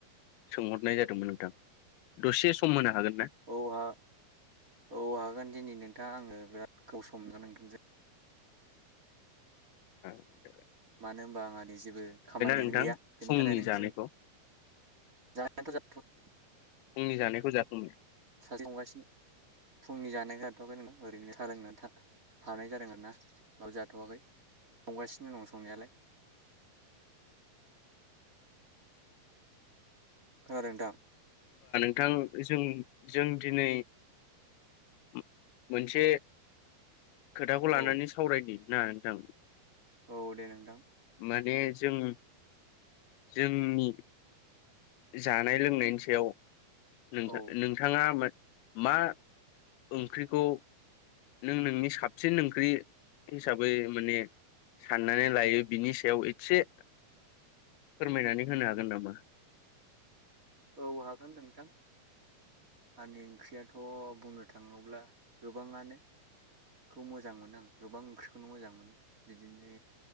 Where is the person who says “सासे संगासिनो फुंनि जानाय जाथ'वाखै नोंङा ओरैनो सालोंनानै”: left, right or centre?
Right